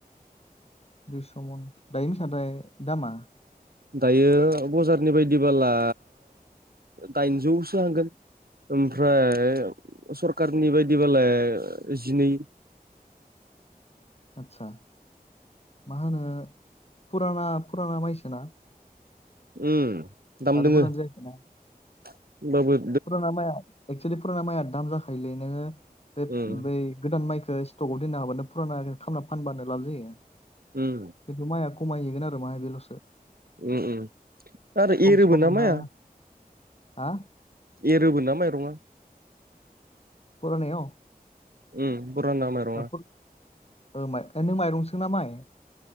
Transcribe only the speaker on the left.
दुइस' मन दायो बेसांथाय दामा?
आदसा मा होनो फुराना फुराना माइसोना।
आरो
गोदान
जायाखैना फुराना माइआ एक्सुेलि फुराना माइआ दाम जाखायोलै नोङो बे
बै गोदान माइखो स्टकआव दोननो हाब्लानो फुराना खामना फानबानो लाब जायो।
खिन्थु माइआ खमायहैगोन आरो माहाय बेल'सो
खमसे
खम
नोंहा
हा
फुरानायाव
<unintelligible> नों माइरंसो ना माइ